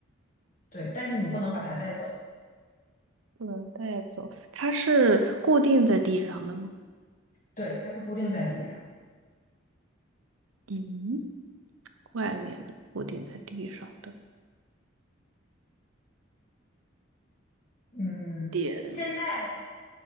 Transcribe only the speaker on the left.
对，但是你不能把它带走，
对，它是固定在地上。
嗯，
现在